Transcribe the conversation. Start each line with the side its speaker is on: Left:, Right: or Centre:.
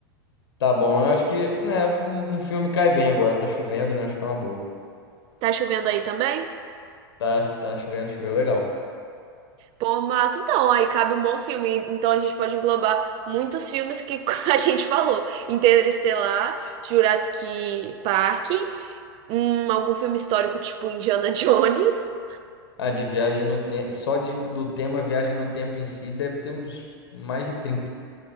Left: Tá bom, eu acho que, né, um um filme cai bem agora. Tá chovendo, né? Acho que é uma boa.
Right: Tá chovendo aí também?
Left: Tá, tá chovendo, choveu legal.
Right: Pô, massa. Então, aí cabe um bom filme. Então, a gente pode englobar muitos filmes que <laughs> a gente falou: Interestelar, Jurassic Park, hum, algum filme histórico tipo Indiana Jones.
Left: Ah, de viagem no tempo. Só de, do tema viagem no tempo em si, deve ter uns mais de trinta.